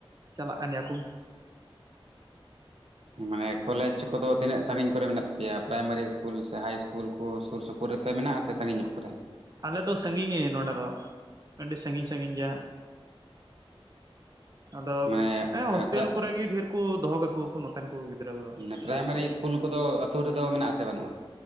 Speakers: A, on the right; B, on the right.
A: ᱪᱟᱞᱟᱜ ᱠᱟᱱ ᱜᱮᱭᱟ ᱠᱚ
B: ᱢᱟᱱᱮ ᱠᱚᱞᱮᱡᱽ ᱠᱚᱫᱚ ᱛᱤᱱᱟᱹᱜ ᱥᱟᱺᱜᱤᱧ ᱠᱚᱨᱮ ᱢᱮᱱᱟᱜ ᱛᱟᱯᱮᱭᱟ? ᱯᱨᱟᱭᱢᱟᱨᱤ ᱤᱥᱠᱩᱞ ᱥᱮ ᱦᱟᱭ ᱤᱥᱠᱩᱞ ᱠᱚ ᱥᱩᱨ ᱥᱩᱯᱩᱨ ᱨᱮᱛᱮ ᱢᱮᱱᱟᱜ ᱟᱥᱮ ᱥᱟᱺᱜᱤᱧ ᱧᱚᱜ ᱠᱚᱨᱮ
A: ᱟᱞᱮ ᱫᱚ ᱥᱟᱺᱜᱤᱧ <unintelligible> ᱱᱚᱰᱮ ᱫᱚ ᱟᱹᱰᱤ ᱥᱟᱺᱜᱤᱧ ᱥᱟᱺᱜᱤᱧ ᱜᱮᱭᱟ ᱾ ᱟᱫᱚ
B: ᱢᱟᱱᱮ
A: ᱦᱮᱸ ᱦᱳᱥᱴᱮᱞ
B: ᱯᱨᱟᱭ
A: ᱠᱚᱨᱮ ᱜᱮ ᱰᱷᱮᱨ ᱠᱩ ᱫᱚᱦᱚ ᱠᱟᱠᱩ ᱟᱠᱚ ᱱᱚᱛᱮᱱ ᱠᱚ ᱜᱤᱫᱽᱨᱟᱹ
B: ᱢᱟᱱᱮ
A: ᱦᱳᱥᱴᱮᱞ
B: ᱯᱨᱟᱭᱢᱟᱨᱤ
A: ᱠᱚᱨᱮ
B: ᱤᱥᱠᱩᱞ ᱠᱚᱫᱚ ᱟᱛᱳ ᱨᱮᱫᱚ ᱢᱮᱱᱟᱜ ᱟᱥᱮ ᱵᱟᱹᱱᱩᱜᱼᱟ?